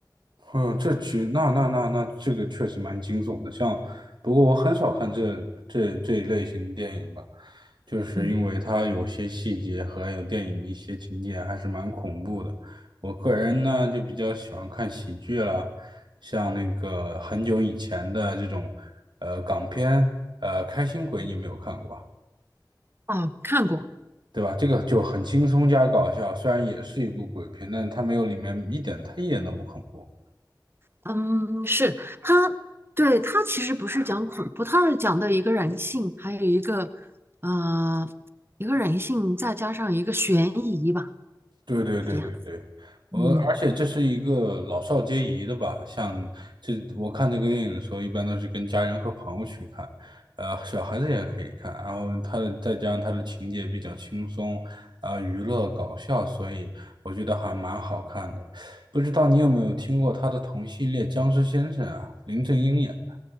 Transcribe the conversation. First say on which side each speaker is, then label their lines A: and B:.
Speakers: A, on the right (about 75°); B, on the right (about 30°).
A: 嗯，这其那那那那这个确实蛮惊悚的。像，不过我很少看这这这一类型的电影吧，就是因为它有些细节和还有电影的一些情节还是蛮恐怖的。
B: 嗯
A: 我个人呢就比较喜欢看喜剧了，像那个很久以前的这种呃港片，呃《开心鬼》，你有没有看过？
B: 啊，看过，
A: 对吧？这个就很轻松加搞笑，虽然也是一部鬼片，但它没有里面一点，它一点都不恐怖。
B: 嗯，是他，对他其实不是讲恐怖，他是讲的一个人性，还有一个呃一个人性，再加上一个悬疑吧，
A: 对对对对对，
B: 是这样的，
A: 我而且这是一个老少皆宜的吧，
B: 嗯。
A: 像这我看这个电影的时候，一般都是跟家人和朋友去看，呃，小孩子也可以看，然后它的再加上它的情节比较轻松，啊、娱乐搞笑，所以我觉得还蛮好看的。不知道你有没有听过他的同系列《僵尸先生》啊，林正英演的，